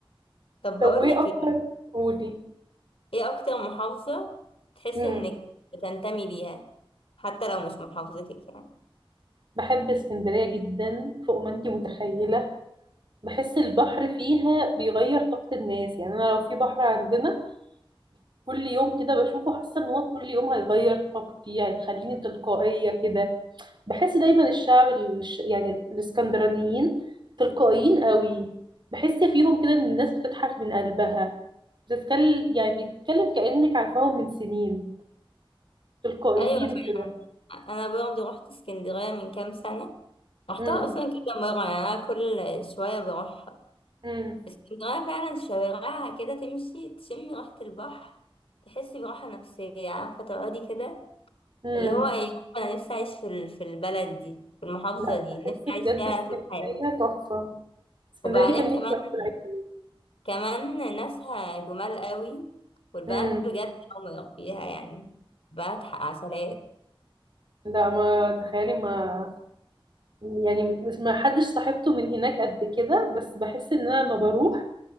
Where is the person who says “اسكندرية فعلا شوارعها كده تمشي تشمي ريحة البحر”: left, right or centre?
Left